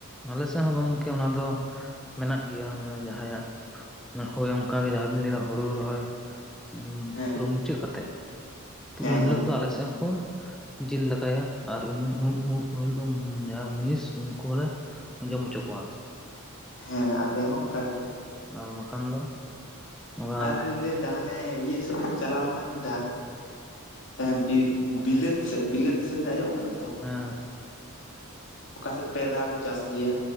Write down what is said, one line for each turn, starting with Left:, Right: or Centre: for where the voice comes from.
Centre: ᱟᱞᱮ ᱥᱮᱫ ᱦᱚᱸ ᱜᱚᱢᱠᱮ ᱚᱱᱟ ᱫᱚ ᱢᱮᱱᱟᱜ ᱜᱮᱭᱟ, ᱢᱟᱱᱮ ᱡᱟᱸᱦᱟᱭᱟᱜ ᱦᱳᱭ ᱚᱱᱠᱟ ᱜᱮ ᱡᱟᱸᱦᱟ ᱵᱤᱱ ᱞᱟᱹᱭ ᱮᱫᱟ ᱦᱩᱲᱩ ᱨᱚᱦᱚᱭ᱾ ᱩ
Left: ᱦᱮᱸ
Centre: ᱯᱩᱨᱟᱹ ᱢᱩᱪᱟᱹᱫ ᱠᱟᱛᱮᱜ,
Left: ᱦᱮᱸ
Centre: ᱩᱱ ᱦᱤᱞᱳᱜ
Left: ᱦᱮᱸ
Centre: ᱫᱚ ᱟᱞᱮ ᱥᱮᱫ ᱦᱚᱸᱠᱚ ᱡᱤᱞ ᱫᱟᱠᱟᱭᱟ ᱟᱨ ᱩᱱ ᱩ ᱩ ᱩᱱᱤᱞᱚᱜ ᱫᱚ ᱡᱟᱸᱦᱟ ᱢᱩᱱᱤᱥ ᱩᱱᱠᱩ ᱦᱚᱸᱞᱮ ᱡᱚᱢ ᱦᱚᱪᱚ ᱠᱚᱣᱟ᱾
Left: ᱦᱮᱸ ᱟᱞᱮ ᱦᱚᱸ ᱚᱝᱠᱟ ᱜᱮ᱾
Centre: ᱟᱨ ᱵᱟᱠᱷᱟᱱ ᱫᱚ ᱚᱱᱠᱟ
Left: ᱟᱨ ᱞᱤᱧ ᱞᱟᱹᱭᱫᱟ ᱦᱟᱱᱮ ᱤᱭᱟᱹ ᱥᱮᱫ ᱞᱤᱧ ᱪᱟᱞᱟᱣ ᱞᱮᱱᱟ ᱢᱤᱫ ᱫᱷᱟᱣ᱾ ᱦᱮᱸ ᱵᱤ ᱵᱤᱞᱟᱹᱛ ᱥᱮᱫ, ᱵᱤᱞᱟᱹᱛ ᱫᱤᱥᱚᱢ ᱵᱮᱱ ᱟᱸᱡᱚᱢ ᱟᱠᱟᱫᱟ ᱛᱚ?
Centre: ᱦᱮᱸ
Left: <unintelligible> ᱚᱠᱟᱥᱮᱫ ᱯᱮ ᱫᱷᱟᱣ ᱠᱚ ᱪᱟᱥ ᱜᱮᱭᱟ,